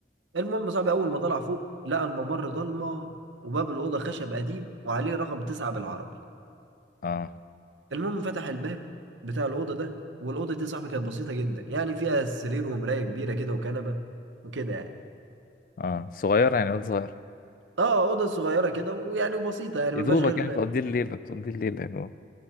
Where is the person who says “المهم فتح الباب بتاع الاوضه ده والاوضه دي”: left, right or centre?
Right